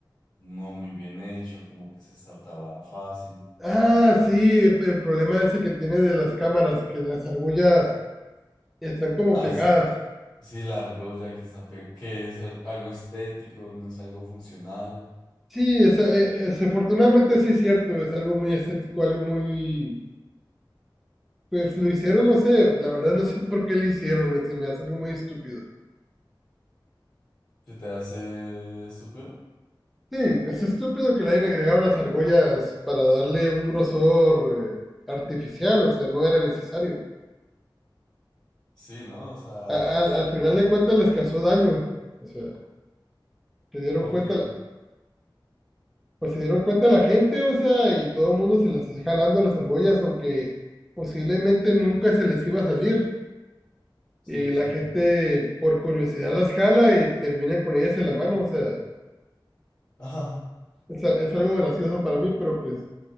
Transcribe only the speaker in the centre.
Ah, sí, el problema ese que tiene de las cámaras, que las argollas están como
pegadas.
Sí, esa- eh,
desafortunadamente sí es cierto, es algo muy estético, algo muy... Pues lo hicieron, no sé, la verdad no sé <laughs> por qué lo hicieron, se me hace algo muy estúpido.
Sí, es estúpido que le hayan agregado las argollas para darle un grosor eh, artificial, o sea, no era necesario.
A-
al, al final de cuentas les causó daño, o sea, se dieron
cuenta,
la- pues se dieron cuenta la gente, o sea, y todo el mundo se las está jalando las argollas, aunque posiblemente nunca se les iba a salir.
Y la
gente por curiosidad las jala y terminan con ellas en la mano, o sea,
es, a- es algo gracioso para mí, pero pues